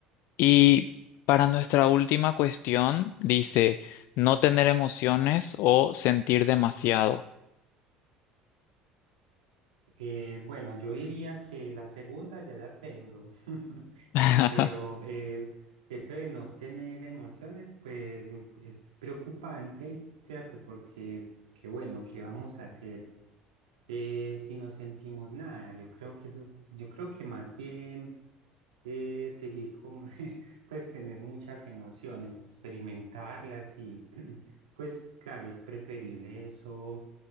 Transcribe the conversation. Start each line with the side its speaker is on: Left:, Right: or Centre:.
Left: Y seis por ciento. Y para nuestra última cuestión, dice no tener emociones o sentir demasiado.
Right: Eh, bueno, yo diría que la segunda ya la tengo, <laughs>
Left: <laughs>
Right: pero eh, eso de no tener emociones, pues m- es preocupante, ¿cierto? Porque, que bueno, ¿qué vamos a hacer eh, si no sentimos nada? Yo creo que eso, yo creo que más bien eh, seguir con, <laughs> pues tener muchas emociones, experimentarlas y <clears throat> Pues claro, es preferible eso